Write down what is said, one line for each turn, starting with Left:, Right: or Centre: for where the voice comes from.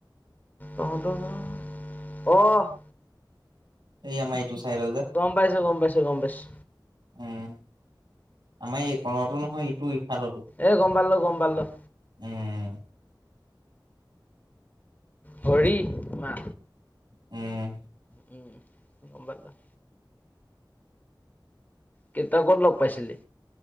Left: তহঁতৰ গাঁৱৰ অ'।
Right: এই আমাৰ ইটো চাইডৰ যে
Left: গম পাইছোঁ, গম পাইছোঁ, গম পাইছোঁ।
Right: উম, আমাৰ এই কণতো নহয় ইটো ইফালতো
Left: এ গম পালোঁ, গম পালোঁ।
Right: উম।
Left: ভৰিমা।
Right: উম।
Left: উম। গম পালোঁ। কেইটা ক'ত লগ পাইছিলি।